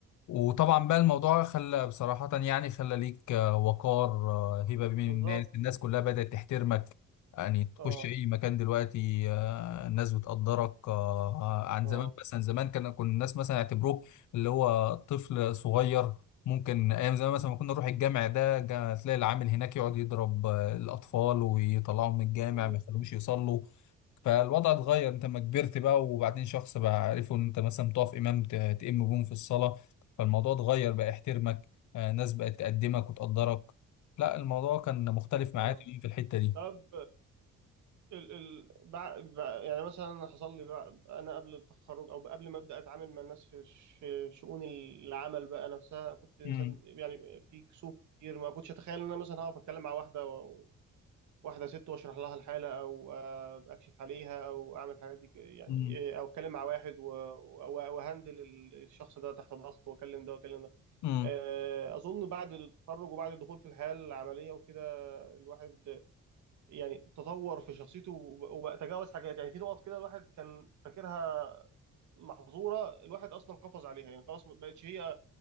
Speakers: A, on the left; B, on the right.
A: وطبعا بقى الموضوع خلى بصراحة يعني خلى ليك آه، وقار آه، هيبة بين
B: بالظبط
A: الناس الناس كلها بدأت تحترمك يعني تخش
B: اه
A: أي مكان دلوقتي آه، الناس بتقدرك آه، عن
B: اه
A: زمان مثلا زمان كان كنا الناس مثلا يعتبروك اللي هو طفل صغير ممكن أيام زمان مثلا ما كنا نروح الجامع ده جا- تلاقي العامل هناك يقعد يضرب آه، الأطفال ويطلعهم من الجامع
B: امم
A: ما يخلوهمش يصلوا فالوضع اتغير انت لما كبرت بقى وبعدين شخص بقى عرفوا ان انت مثلا بتقف امام ت- تئم بهم في الصلاه فالموضوع اتغير بقى يحترمك آه، ناس بقت تقدمك وتقدرك لا الموضوع كان مختلف معايا
B: اه
A: تماما في الحتة دي
B: طب ال ال بع... بع... يعني مثلا أنا حصل لي بع... انا قبل التخرج او قبل ما ابدا اتعامل مع الناس في ش... شؤون العمل بقى نفسها كنت انسان
A: امم
B: يعني في كسوف كتير ما كنتش اتخيل ان انا مثلا هقف اتكلم مع واحده و... واحده ست واشرح لها الحاله او آه، اكشف عليها او اعمل الحاجات دي ك- يعني
A: امم
B: إيه، او اتكلم مع واحد و... و... وهندل الشخص ده تحت ضغط واكلم ده واكلم ده
A: امم
B: آه، اظن بعد التخرج وبعد الدخول في الحياه العمليه وكده الواحد يعني تطور في شخصيته وب- وبقى تجاوز حاجات يعني في نقط كده الواحد كان فاكرها محظوره الواحد اصلا قفز عليها يعني خلاص ما بقتش هي